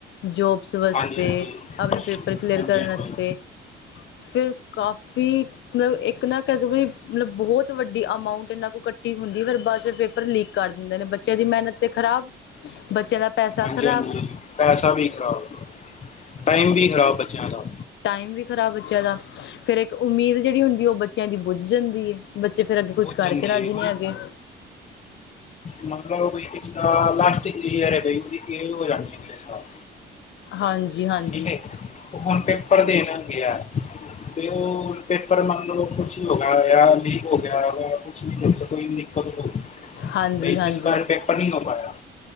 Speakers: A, on the left (about 70°); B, on the left (about 35°).
A: ਜੋਬਸ ਵਸਤੇ,
B: ਹਾਂਜੀ ਹਾਂਜੀ
A: ਆਪਣੇ ਪੇਪਰ ਕਲੀਅਰ
B: ਹਾਂਜੀ
A: ਕਰਨ
B: ਹਾਂਜੀ
A: ਵਸਤੇ। ਫੇਰ ਕਾਫੀ ਮਤਲਬ ਇੱਕ ਨਾ ਕਹਿ ਦੋ ਮਤਲਬ ਬਹੁਤ ਵੱਡ੍ ਈ ਅਮਾਊਂਟ ਇਹਨਾਂ ਕੋਲ ਇਖਟੀ ਹੁੰਦੀ, ਫਿਰ ਬਾਦ ਚ ਪੇਪਰ ਲੀਕ ਕਰ ਦਿੰਦੇ ਨੇ, ਬੱਚਿਆਂ ਦੀ ਮਿਹਨਤ ਤੇ ਖਰਾਬ। ਬੱਚਿਆਂ ਦਾ ਪੈਸਾ
B: ਹਾਂਜੀ-ਹਾਂਜੀ,
A: ਖ਼ਰਾਬ
B: ਪੈਸਾ ਵੀ ਖਰਾਬ, ਟਾਈਮ ਵੀ ਖ਼ਰਾਬ ਬੱਚਿਆਂ ਦਾ।
A: ਟਾਈਮ ਵੀ ਖਰਾਬ ਬੱਚਿਆਂ ਦਾ, ਫੇਰ ਇੱਕ ਉਮੀਦ ਜਿਹੜੀ ਹੁੰਦੀ ਉਹ ਬਚ ਬੱਚਿਆਂ ਦੀ ਬੁੱਝ ਜਾਂਦੀ ਏ, ਬੱਚੇ ਫੇਰ ਅੱਗੇ ਕੁਛ
B: ਪੁੱਜਣਗੇ
A: ਕਰਕੇ ਰਾਜੀ ਨੇ ਹੈਗੇ।
B: ਮਤਲਬ ਬਈ ਕਿਸੇ ਦਾ ਲਸਟ ਇਅਰ ਹੈ ਬਈ ਹੈ ੳਸਦੀ ਕਲਿਅਰ ਹੋ ਜਾਣੀ ਅਗਲੇ ਸਾਲ।
A: ਹਾਂਜੀ-ਹਾਂਜੀ।
B: ਠੀਕ ਹੈ ਹੁਣ ਪੇਪਰ ਦੇਣ ਗਿਆ ਤੇ ਉ ਪੇਪਰ ਮੰਨ ਲਓ ਕੁਛ ਹੀ ਹੋ ਨਾ ਗਿਆ, ਲੀਕ ਹੋ ਗਿਆ ਕੁਛ ਵੀ ਹੋ ਸਕਦਾ <unintelligible>
A: ਹਾਂਜੀ
B: ਬਈ
A: ਹਾਂਜੀ
B: ਜਿਸ ਬਾਰੇ ਪੇਪਰ ਪੇਪਰ ਨੀ ਹੋ ਪਾਇਆ।